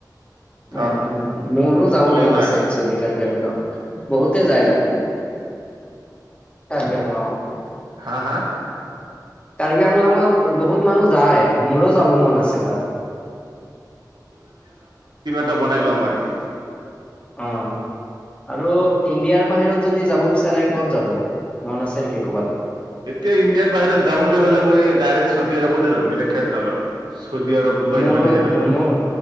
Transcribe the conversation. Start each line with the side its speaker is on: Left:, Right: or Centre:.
Right: তাত
Left: অ মোৰো
Right: সকলোৱে
Left: যাব মন
Right: যায়।
Left: আছে কাৰ্বি আংলং বহুত যায় তাতে কাৰ্বি আংলং ত
Right: হা
Left: কাৰ্বি আংলঙত বহুত মানুহ যায় মোৰো যাব মন আছে তাত
Right: টা বনাই লম আৰ কি
Left: অ আৰু ইণ্ডিয়াৰ বাহিৰত যদি যাব বিচাৰে ক'ত যাব মন আছে নেকি কৰ'বাত
Right: এতিয়া ইণ্ডিয়াৰ বাহিৰত যাবলৈ হলে মই ডাইৰেক্ট চৌদি আৰবতে যাম বেলেগ ঠাইত নাযাওঁ চৌদি আৰব ডুবাই
Left: মোৰো
Right: সিফালেহে যাম
Left: মোৰ